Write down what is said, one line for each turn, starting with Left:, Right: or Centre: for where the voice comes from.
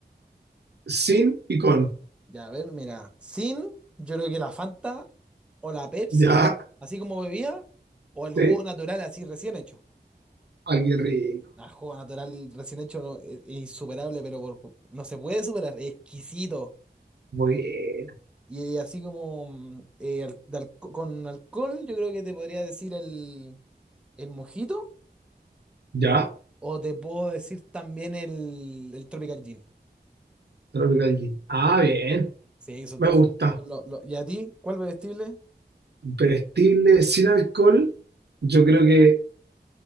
Right: Sin y con.
Centre: Ya, a ver, mira. Sin, yo creo que la Fanta o la Pepsi,
Right: Ya,
Centre: así como bebía, o el
Right: sí.
Centre: jugo natural así recién hecho.
Right: Ah, qué rico.
Centre: Ah, El jugo natural recién hecho no, es, es insuperable, pero por- por- no se puede superar, es exquisito.
Right: Bueno.
Centre: Y así como mm, eh, al- de alco- con alcohol, yo creo que te podría decir el, el mojito,
Right: Ya,
Centre: o te puedo decir también el, el Tropical Gin.
Right: Tropical Gin. Ah, bien.
Centre: Sí, esos
Right: Me
Centre: dos.
Right: gusta.
Centre: son lo- lo- ¿Y a ti? ¿Cuál vestible?
Right: Bebestible sin alcohol. Yo creo que